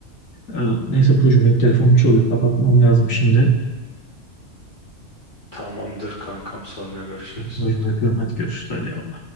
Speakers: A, on the left; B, on the left.
A: Ee, Neyse Burcu'm hep telefonum çalıyor. Kapatmam lazım şimdi.
B: Tamamdır kankam sonra görüşürüz.
A: Burcu'm öpüyorum. Hadi görüşürüz. Hadi.